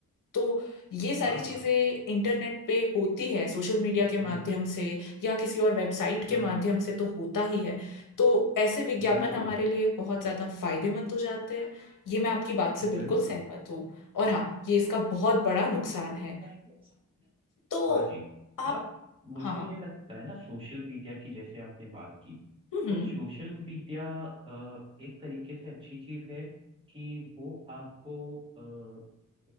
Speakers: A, on the left (about 70°); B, on the right (about 15°).
A: तो ये सारी
B: हाँ
A: चीजें
B: हाँ
A: इंटरनेट पे होती है सोशल मीडिया के माध्यम
B: हम्म
A: से या किसी और वेबसाइट के
B: हम्म
A: माध्यम से तो होता ही है तो ऐसे विज्ञापन
B: बिल्कुल
A: हमारे लिए बहुत ज्यादा फायदेमंद हो जाते हैं ये मैं आपकी बात से बिल्कुल
B: बिल्कुल
A: सहमत हूँ और हाँ ये इसका बहुत बड़ा नुकसान है
B: बिल्कुल
A: तो
B: हाँ जी
A: आप
B: और मुझे
A: हाँ हाँ
B: ये लगता है ना सोशल मीडिया की जैसे आपने बात की
A: हम्म हम्म,
B: तो सोशल मीडिया एक तरीके से अच्छी चीज है कि वो आपको अ,